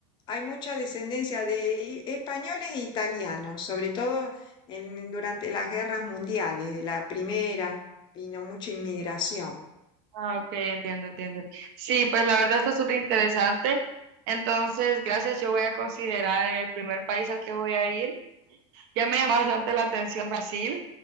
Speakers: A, on the left; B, on the right.
A: hay mucha descendencia de i- españoles e italianos, sobre todo en, durante las guerras mundiales. De la primera vino mucha inmigración.
B: Ah, ok, entiendo, entiendo. Sí, pues la verdad está súper interesante. Entonces, gracias, yo voy a considerar el primer país al que voy a ir. Ya me llamó bastante la atención Brasil